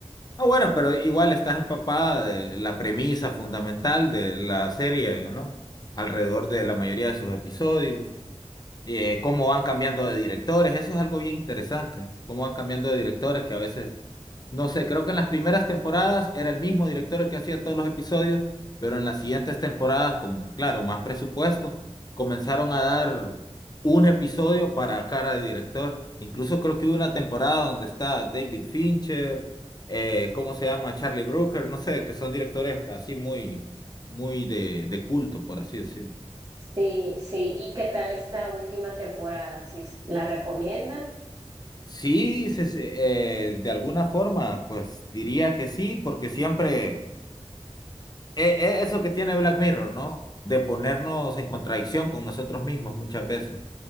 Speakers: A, on the left; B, on the right.
A: Ah, bueno, pero igual estás empapada de la premisa fundamental de la serie, ¿no? Alrededor de la mayoría de sus episodios, y eh, cómo van cambiando de directores, eso es algo bien interesante, cómo van cambiando de directores que a veces no sé, creo que en las primeras temporadas era el mismo director el que hacía todos los episodios, pero en las siguientes temporadas, como claro, más presupuesto, comenzaron a dar un episodio para cada director. Incluso creo que hubo una temporada donde está David Fincher, eh, ¿cómo se llama? Charlie Brooker, no sé, que son directores así muy, muy de, de culto, por así decirlo.
B: Sí, sí, ¿y qué tal esta última temporada? ¿Sí es- la recomienda?
A: Sí, se- se- eh, de alguna forma, pues diría que sí, porque siempre e- e- eso que tiene Black Mirror, ¿no? De ponernos en contradicción con nosotros mismos muchas veces,